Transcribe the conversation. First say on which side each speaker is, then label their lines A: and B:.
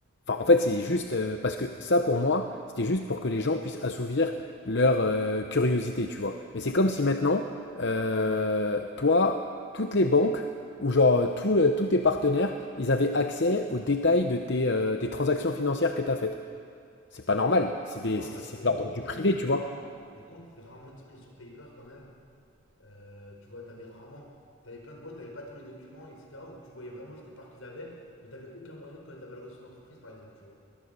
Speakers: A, on the left (about 55°); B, on the left (about 85°).
A: Enfin, en fait, c'est juste euh, parce que ça, pour moi, c'était juste pour que les gens puissent assouvir leur euh, curiosité, tu vois. Mais c'est comme si maintenant, euh, toi, toutes les banques où genre tout le- tous tes partenaires, ils avaient accès aux détails de tes, euh, des transactions financières que tu as faites. C'est pas normal, c'est des-
B: Non,
A: c'est
B: parce
A: c'est
B: que les
A: de l'ordre
B: comptes
A: du
B: étaient,
A: privé,
B: étaient
A: tu
B: rarement,
A: vois.
B: les comptes étaient rarement disponibles sur Paper quand même. Euh, tu vois, t'avais rarement, t'avais plein de boîtes, t'avais pas tous les documents, etc. Où tu voyais vraiment juste les parts qu'ils avaient, mais t'avais aucun moyen de connaître la valorisation de l'entreprise, par exemple, tu vois.